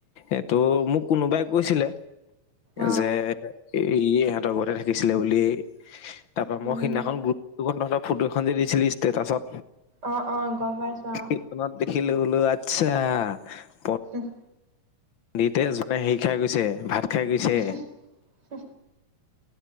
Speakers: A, on the left; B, on the right.
A: এইটো মোক কোনোবাই কৈছিলে।
B: অ',
A: যে এ ই ইহঁতৰ ঘতে থাকিছিলে বুলি। তাৰ পৰাা মই
B: উম,
A: সিদিনাখন বু ধৰিলেও ফটো এখন যে দিছিলি তাৰপাছত
B: অ অ গম পাইছো আহ
A: কীৰ্তনত দেখিলো বোলো আচ্ছা অ!
B: উম!
A: দিতেজ মানে হেৰি খাই গৈছে ভাত
B: <inaudible>
A: খাই গৈছে